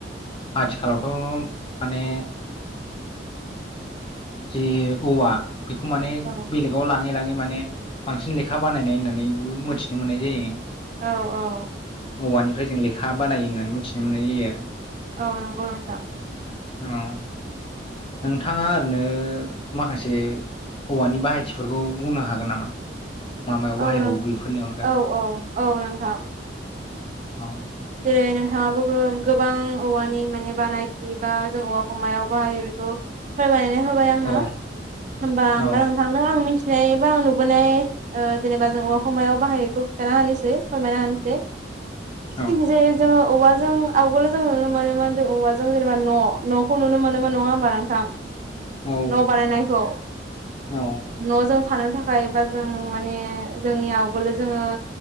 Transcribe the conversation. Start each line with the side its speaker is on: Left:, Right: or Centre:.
Left: आथिखालावथ' माने जि औवा बेखौ माने
Right: औ
Left: बेलेगाव लाङै लाङै माने बांसिन लेखा बानायनाय होननानै मिथिनो मोननाय जायो
Right: औ औ
Left: औवानिफ्राय जों लेखा बानायो होननानै मिथिनो मोननाय जायो आरो
Right: औ नंगौ नोंथां
Left: औ नोंथाङा ओ माखासे हौवानि बाहायथिफोरखौ बुंनो हागोन नामा? मा मायाव
Right: औ
Left: बाहायबावो
Right: नों
Left: बेफोरनि अनगा
Right: औ औ औ नोंथां
Left: औ
Right: जे नोंथाङाबो गोबां औवानि माने बानायथि बा जों औवा हमायाव बाहायो बेखौ फोरमायनानै होबाय आंनो
Left: औ
Right: होनबा आं
Left: औ
Right: दा नोंथांनो आं मिथि <unintelligible> जेनेबा बा आं नुबोनाय ओ‌ जेनेबा जों औवाखौ मायाव बाहायखौ खिन्थाना होनोसै फोरमायना होनोसै
Left: औ
Right: जेरै जोङो औवा जों आवगोल जों नुनो मोनोमोन जों औवाजों जेनेबा न' न'खौ नुनो मोनोमोन नङा होम्बा नोंथां
Left: औ
Right: न' बानायनायखौ
Left: औ
Right: न'जों थानो थाखाय बा जों माने जोंनि आवगोलो जोङो